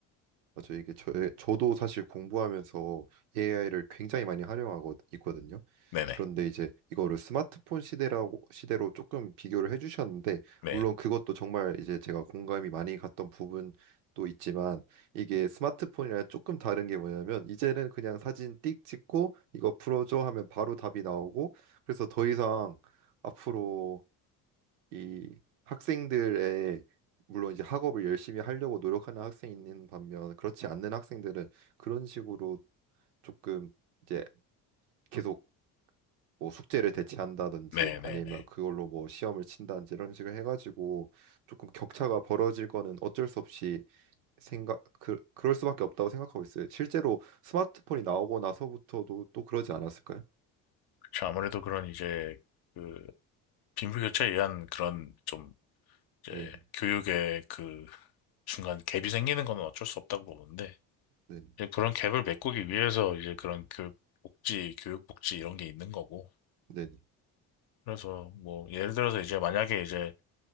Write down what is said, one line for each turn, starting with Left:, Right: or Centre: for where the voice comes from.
Right: 맞아요. 이게 저 저도 사실 공부하면서 AI를 굉장히 많이 활용하고 있거든요.
Left: 네네.
Right: 그런데 이제 이거를 스마트폰 시대라고 시대로 조금 비교를 해주셨는데
Left: 네.
Right: 물론 그것도 정말 이제 제가 공감이 많이 갔던 부분도 있지만 이게 스마트폰이랑 조금 다른 게 뭐냐면 이제는 그냥 사진 띡 찍고 이거 풀어줘 하면 바로 답이 나오고 그래서 더 이상 앞으로 이 학생들의 물론 이제 학업을 열심히 하려고 노력하는 학생이 있는 반면 그렇지 않는 학생들은 그런 식으로 조금 이제 계속 뭐 숙제를 대체한다든지
Left: 네네네.
Right: 아니면 그걸로 뭐 시험을 친다든지 이런 식으로 해가지고 조금 격차가 벌어질 거는 어쩔 수 없이 생각 그 그럴 수밖에 없다고 생각하고 있어요. 실제로 스마트폰이 나오고 나서부터도 또 그러지 않았을까요?
Left: 그쵸, 아무래도 그런 이제 그 빈부격차에 의한 그런 좀 이제
Right: 네,
Left: 교육의 그 중간 갭이 생기는 건 어쩔 수 없다고 보는데
Right: 네,
Left: 이제 그런 갭을 메꾸기 위해서 이제 그런 교육 복지, 교육 복지 이런 게 있는 거고
Right: 네,
Left: 그래서 뭐 예를 들어서 이제 만약에 이제